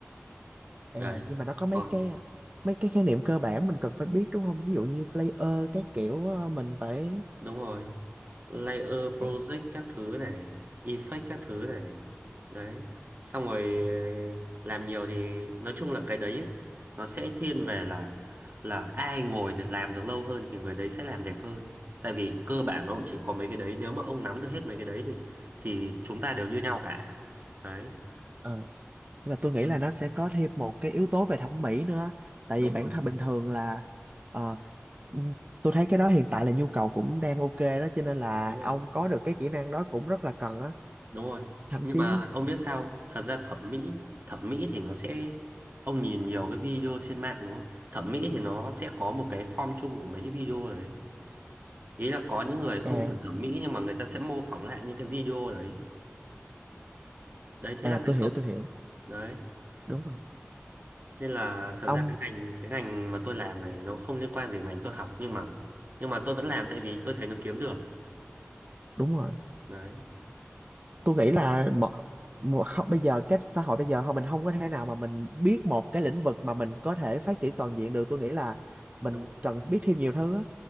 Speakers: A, on the right; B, on the right.
A: À
B: Đấy.
A: nhưng mà nó có mấy
B: Còn
A: cái mấy cái khái niệm cơ bản mình cần phải biết đúng không? Ví dụ như player các kiểu ờ, mình phải
B: đúng rồi, layer project
A: ờ
B: các thứ này, effect các thứ này. đấy xong rồi ờ, làm nhiều thì nói chung là cái đấy ấy, nó sẽ thiên về là là ai ngồi để làm được lâu hơn thì người đấy sẽ làm đẹp hơn tại vì cơ bản nó cũng chỉ có mấy cái đấy nếu mà ông nắm được hết mấy cái đấy thì thì chúng ta đều như nhau cả đấy
A: ờ, nhưng mà tôi nghĩ
B: Chứ-
A: là nó sẽ có thêm một cái yếu tố về thẩm mỹ nữa. Tại
B: đúng
A: vì bản
B: rồi
A: thân bình thường là ờ, ừ, tôi thấy cái đó hiện tại là nhu cầu cũng đang ok đó cho nên là
B: đúng
A: ông
B: rồi
A: có được cái kỹ năng đó cũng rất là cần á.
B: đúng rồi
A: Thậm
B: nhưng
A: chí
B: mà ông biết sao không? thật ra thẩm mỹ thẩm mỹ thì nó sẽ ông nhìn nhiều cái video trên mạng đúng không thẩm mỹ thì nó sẽ có một cái form chung của mấy cái video đấy ý là có những người không
A: à
B: cần thẩm mỹ nhưng mà người ta sẽ mô phỏng lại những cái video đấy đấy thế
A: à
B: là thành
A: tôi hiểu
B: công
A: tôi hiểu.
B: đấy
A: Đúng rồi.
B: nên là thật
A: Ông
B: ra cái ngành cái ngành mà tôi làm này nó không liên quan gì ngành tôi học nhưng mà nhưng mà tôi vẫn làm tại vì tôi thấy nó kiếm được
A: đúng rồi.
B: đấy
A: tôi nghĩ là mọi, mọi, không, bây giờ cái xã hội bây giờ không mình không có thể nào mà mình biết một cái lĩnh vực mà mình có thể phát triển toàn diện được tôi nghĩ là mình
B: đúng rồi,
A: cần biết thêm nhiều thứ á